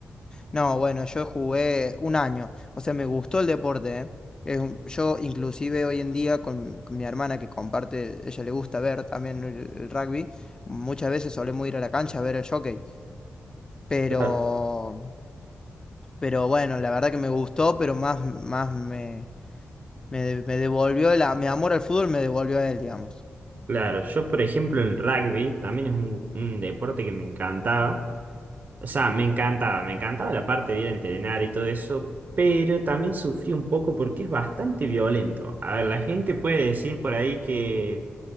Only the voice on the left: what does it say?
No, bueno, yo jugué un año, o sea, me gustó el deporte, ¿eh? Es un- yo inclusive hoy en día con, con mi hermana que comparte, ella le gusta ver también el, el rugby, muchas veces solemos ir a la cancha a ver el jockey, pero,
pero bueno, la verdad que me gustó, pero más, más me, me, de- me devolvió, la, mi amor al fútbol me devolvió a él, digamos.